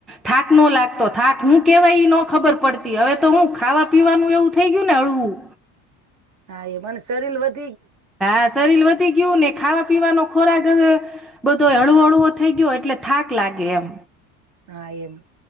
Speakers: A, in the centre; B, on the right.
A: થાક નો લાગતો થાક હું કેવાય ન ખબર પડતી હવે તો હું ખાવા પીવાનું એવું થઈ ગયું ને હળવું
B: હા એક વાર શરીર વધે
A: હા શરીર વધી ગયું ને ખાવા પીવાનો ખોરાક હવે બધો હળવો હળવો થઈ ગયો એટલે થાક લાગે એમ
B: હા એમ